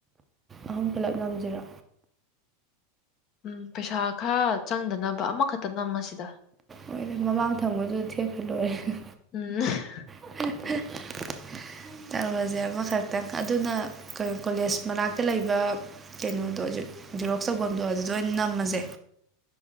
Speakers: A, on the right; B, on the left.
A: ꯑꯍꯨꯝ ꯄꯨꯂꯞ ꯉꯝꯁꯤꯔꯣ
B: ꯎꯝ ꯄꯩꯁꯥ ꯈꯔ ꯆꯪꯗꯅꯕ ꯑꯃꯈꯛꯇ ꯅꯝꯃꯁꯤꯗ
A: ꯍꯣꯏꯗ ꯃꯃꯥꯡ ꯊꯪꯕꯗꯨꯗ ꯊꯦꯠꯈ꯭ꯔꯥ ꯂꯣꯏꯔꯦ
B: ꯎꯝ
A: <unintelligible> ꯇꯧꯔꯨꯔꯁꯦ ꯑꯃꯈꯛꯇꯪ ꯑꯗꯨꯅ ꯀꯣꯂꯦꯖ ꯃꯅꯥꯛꯇ ꯂꯩꯕ ꯀꯩꯅꯣꯗꯣ ꯖꯦ ꯔꯣꯛꯁ ꯇꯧꯐꯝꯗꯣ ꯑꯗꯨꯗ ꯑꯣꯏꯅ ꯅꯝꯃꯁꯦ